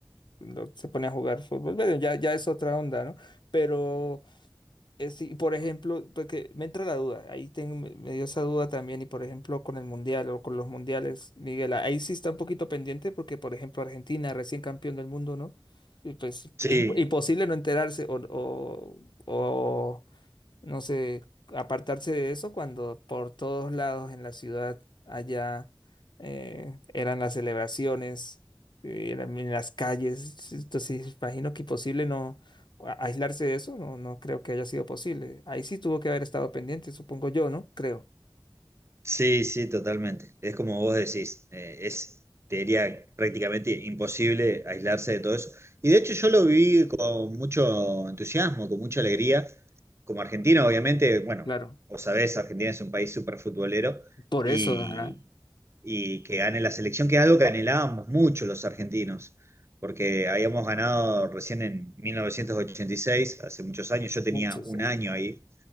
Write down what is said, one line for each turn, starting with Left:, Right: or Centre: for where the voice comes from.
Left: lo- se pone a jugar fútbol. Bueno, ya, ya es otra onda, ¿no? Pero, eh, sí, por ejemplo, porque me entra la duda, ahí tengo, me, me dio esa duda también, y por ejemplo, con el mundial o con los mundiales, Miguel, ahí sí está un poquito pendiente, porque por ejemplo, Argentina, recién campeón del mundo, ¿no? Y pues, es
Right: Sí.
Left: imp- imposible no enterarse o, o, o no sé, apartarse de eso cuando por todos lados en la ciudad allá eh, eran las celebraciones, eh, eran en las calles. Entonces, imagino que imposible no a- aislarse de eso, no, no creo que haya sido posible. Ahí sí tuvo que haber estado pendiente, supongo yo, ¿no? Creo.
Right: Sí, sí, totalmente. Es como vos decís, eh, es, te diría, prácticamente imposible aislarse de todo eso. Y de hecho yo lo viví con mucho entusiasmo, con mucha alegría. Como argentino, obviamente, bueno,
Left: Claro,
Right: vos sabés, Argentina es un país súper futbolero
Left: por
Right: y,
Left: eso, ajá.
Right: y que gane la selección, que es algo que anhelábamos mucho los argentinos, porque habíamos ganado recién en 1986, hace muchos años, yo tenía
Left: Muchos
Right: un
Left: ya.
Right: año ahí